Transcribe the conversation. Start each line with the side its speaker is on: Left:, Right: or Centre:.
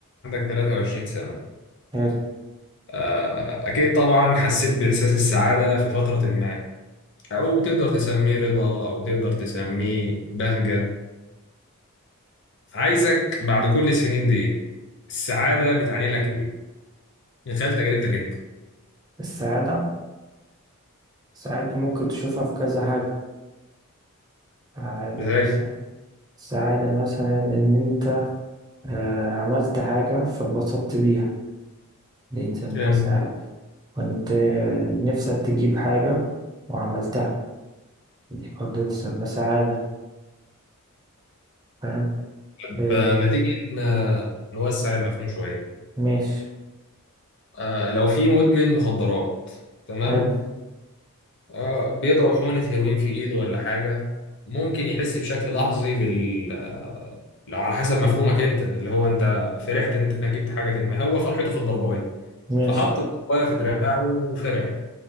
Left: عندك 23 سنة
Right: حلو
Left: آه، أكيد طبعا حسيت بإحساس السعادة في فترة ما أو تقدر تسميه رضا أو تقدر تسميه بهجة عايزك بعد كل السنين دي السعادة بتعني لك إيه؟ من خلال تجربتك أنت
Right: السعادة السعادة ممكن تشوفها في كذا حاجة سعادة
Left: زي
Right: مثلا سعادة مثلا إن أنت آه، عملت حاجة فاتبسطت بيها دي نسميها
Left: جيم
Right: سعادة وأنت نفسك تجيب حاجة وعملتها دي برضه تسمى سعادة فاهم
Left: طب
Right: آه،
Left: ما تيجي ن- نوسع المفهوم شوية
Right: ماشي
Left: آه، لو في مدمن مخدرات تمام
Right: حلو
Left: آه بيضرب حقنة هيروين في إيده ولا حاجة ممكن يحس بشكل لحظي بال آه، لو على حسب مفهومك أنت اللي هو أنت فرحت إن أنت جبت حاجة ما هو فرحته في الضرباية
Right: ماشي
Left: فحط الضرباية في دراعه وفرح